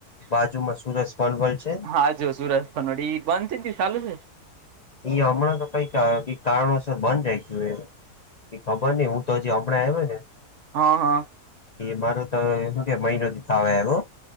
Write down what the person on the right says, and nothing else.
હા જો સુરત. નોડી બંધ તન શાલું છે?
હં હા.